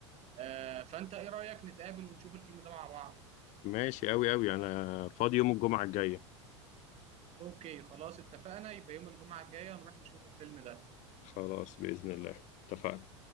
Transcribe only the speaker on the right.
آه فانت ايه رايك نتقابل ونشوف الفيلم ده مع بعض
اوكي خلاص اتفقنا يبقى يوم الجمعه الجايه نروح نشوف الفيلم ده